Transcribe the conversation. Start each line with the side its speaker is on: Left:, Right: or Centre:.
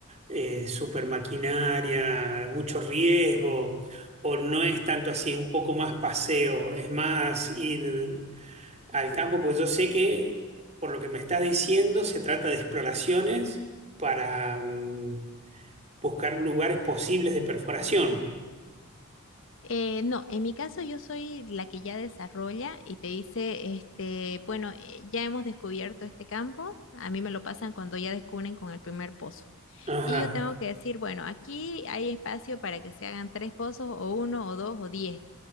Right: eh, super maquinaria, mucho riesgo, o no es tanto así, es un poco más paseo, es más ir al campo, pues yo sé que, por lo que me estás diciendo, se trata de exploraciones para mm, buscar lugares posibles de perforación.
Left: Eh, no, en mi caso yo soy la que ya desarrolla y te dice, este, bueno, eh, ya hemos descubierto este campo, a mí me lo pasan cuando ya descubren con el primer pozo.
Right: Ajá.
Left: Y yo tengo que decir, bueno, aquí hay espacio para que se hagan tres pozos o uno o dos o diez.